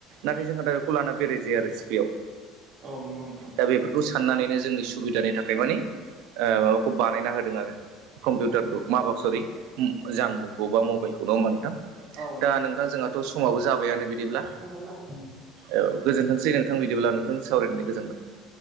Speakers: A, on the right; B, on the right.
A: नाथाय जोंहा दा बेखौ लाना बेराय जायो आरो सिफेयाव।
B: औ नंगौ नोंथां।
A: दा बेफोरखौ साननानैनो जोंनि सुबिदानि थाखाय माने ओ माबाखौ बानायना होदों आरो कम्पिउटारखौ माबा सरि जानबुंखौ बा मबाइलखौ नङी हा नोंथां?
B: औ नंगौ
A: दा नोंथां जोंहाथ' समाबो जाबाय बिदिब्ला
B: समा जासिगोन
A: औ गोजोनथोंसै नोंथां बिदिब्ला नोंथां सावरायनानै गोजोनबाय।